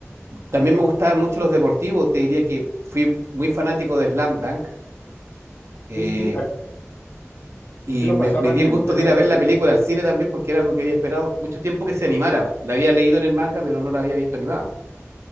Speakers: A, on the right; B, on the left.
A: también me gustaban mucho los deportivos, te diría que fui muy fanático de Slam Dunk eh,
B: Sí, sí, sí, aquí
A: y
B: lo
A: me,
B: pasaban
A: me di
B: en
A: el gusto
B: T
A: de
B: TV
A: ir a ver
B: abierta.
A: la película al cine también porque era algo que había esperado mucho tiempo que se animara. La había leído en el manga, pero no la había visto animada.